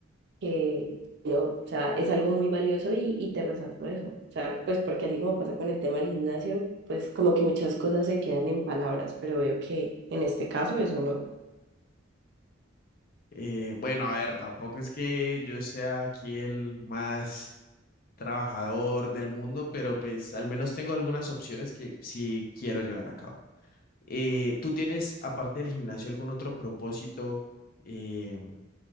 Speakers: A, on the right (about 60°); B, on the left (about 45°).
A: que no, o sea, es algo muy valioso y, y te resalto eso. O sea, pues porque así como pasa con el tema del gimnasio, pues como que muchas cosas se quedan en palabras, pero veo que en este caso eso no.
B: Eh, bueno, a ver, tampoco es que yo sea aquí el más trabajador del mundo, pero pues al menos tengo algunas opciones que sí quiero llevar a cabo. Eh, ¿tú tienes, aparte del gimnasio, algún otro propósito? eh,